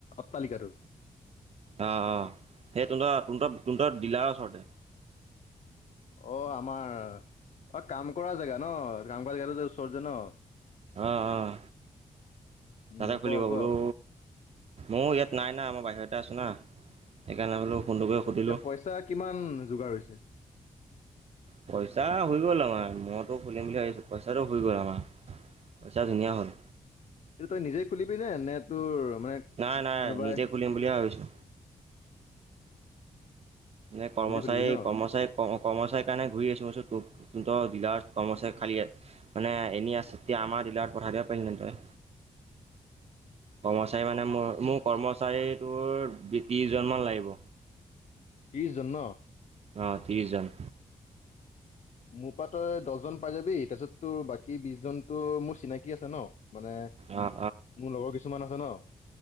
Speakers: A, on the left (about 60°); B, on the right (about 50°).
A: অট্টালিকাটো
B: আহ অ সেই তহ ত তহতৰ দিলাৰ ওচৰতে
A: অ, আমাৰ অ, কাম কৰা জেগা ন কাম কৰা জেগা যে ওচৰত যে ন
B: অ-অ
A: উম
B: তাতে খোলিব
A: ক ক
B: বোলো মোৰ ইয়াত নাই না মই বাহিৰতে আছো না সেইকাৰণে বোলো। ফোনটো কৰি
A: এতিয়া
B: সুধিলোঁ
A: পইচা কিমান যোগাৰ হৈছে
B: পইচা হৈ গ'ল আমাৰ মইতো খুলিম বুলি ভাবিছো পইচাটো হৈ গ'ল আমাৰ পইচা ধুনীয়া হ'ল
A: এই তই নিজে খুলিবি নে নে তোৰ মানে
B: নাই নাই
A: কোনোবাই
B: নিজে খুলিম বুলিয়ে ভাবিছো নে কৰ্মচাৰী
A: নিজে খুলিবি ন
B: কৰ্মচাৰী ক কৰ্মচাৰী কাৰণে ঘূৰি আছো ডিলাৰত কৰ্মচাৰী খালি মানে এনে আছে তেতিয়া আমাৰ ডিলাৰত চাৰা পাই ন তই কৰ্মচাৰী মানে মোৰ মোৰ কৰ্মচাৰীটোৰ বিশ ত্ৰিশজন মান লাগিব
A: ত্ৰিশ জন
B: অ ত্ৰিশ জান
A: মোৰ পৰা তই দহজন পাই যাবি তাৰপিছত তোৰ বাকী বিশজনতো মোৰ চিনাকি আছে ন মানে
B: অঁ
A: মোৰ লগৰ কিছুমান আছে ন